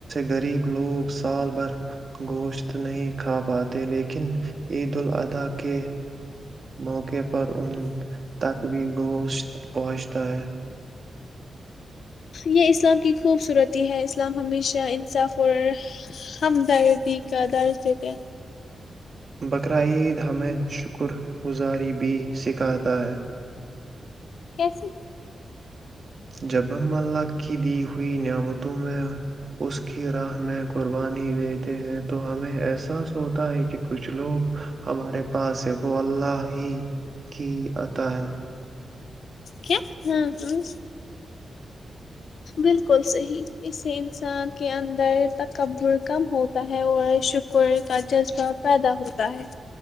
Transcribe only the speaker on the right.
غریب لوگ جو گوشت نہیں خرید سکتے عید کا انتظار کرتے ہیں پر ان تک بھی گوشت پہنچتا ہے
بقر عید ہمیں شکر گزاری بھی سکھاتا ہے
جب ہم اللہ کی دی ہوئی نعمتوں میں اس کی راہ میں قربانی دیتے ہیں تو ہمیں احساس ہوتا ہے کہ کچھ لوگ ہمارے پاس ہے وہ اللہ ہی کی آتا ہے